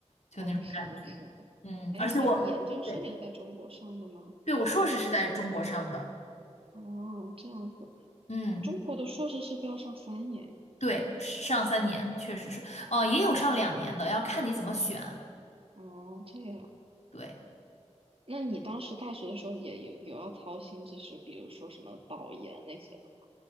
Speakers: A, on the left (about 70°); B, on the right (about 55°).
A: 就那种感觉。
B: 啊，是的，是的。
A: 嗯，
B: 哎，
A: 而且我对
B: 所以你研究生也是在中国上的吗？
A: 对我硕士是在中国上的，
B: 哦，这样子，
A: 嗯，
B: 中国的硕士是不是要上三年呀？
A: 对，是上三年确实是，哦、也有上两年的，要看你怎么选。
B: 哦，这样。
A: 对。
B: 那你当时大学的时候也有有要操心，就是比如说什么保研那些的吗？